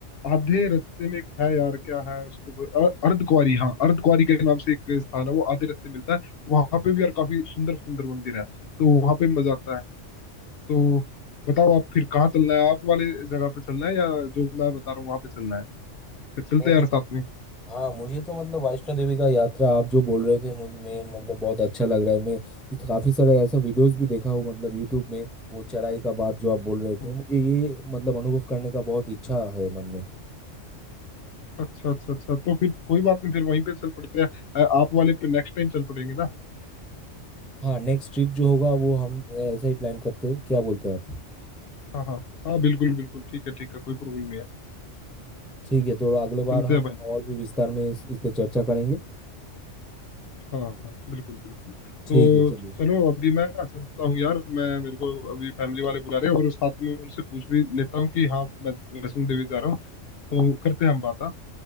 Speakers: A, on the left; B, in the centre.
A: आधे रास्ते में एक है यार क्या है उसको बोल- अ, अर्धकुंवारी हाँ अर्धकुंवारी के नाम से एक स्थान है वो आधे रास्ते मिलता है वहां पे भी यार काफी सुंदर सुंदर मंदिर है तो वहां पे भी मजा आता है तो बताओ आप फिर कहाँ चलना है आप वाले जगह पे चलना है या जो मैं बता रहा हूँ वहां पे चलना है फिर चलते
B: नहीं
A: हैं यार
B: नहीं
A: साथ में
B: हाँ मुझे तो मतलब वैष्णो देवी का यात्रा आप जो बोल रहे थे मुझे मैं मतलब बहुत अच्छा लग रहा है मैं इस- काफी सारे ऐसा वीडियोस भी देखा हूँ मतलब यूट्यूब में वो चढ़ाई का बात जो आप बोल रहे
A: हम्म,
B: थे मुझे ये मतलब अनुभव करने का बहुत इच्छा है मन में
A: अच्छा अच्छा अच्छा तो फिर कोई बात नहीं फिर वहीं पे चल पड़ते हैं अ, आप वाले पे नेक्स्ट टाइम चल पड़ेंगे ना
B: हाँ नेक्स्ट ट्रिप जो होगा वो हम ऐसा ही प्लान करते हैं क्या बोलते हैं आप
A: हाँ हाँ हाँ बिल्कुल बिल्कुल ठीक है ठीक है कोई प्रॉब्लम नहीं है
B: ठीक है तो अगले बार
A: चलते
B: हम
A: हैं भाई
B: और भी विस्तार में इस, इस पे चर्चा करेंगे
A: हाँ हाँ, बिल्कुल बिल्कुल
B: ठीक
A: तो
B: है चलिए
A: चलो अभी मैं ना चलता हूँ यार मैं मेरे को अभी फैमिली वाले बुला रहे हैं और साथ में उनसे पूछ भी लेता हूँ कि हाँ मैं वैष्णो देवी जा रहा हूँ तो करते हैं हम बात हाँ,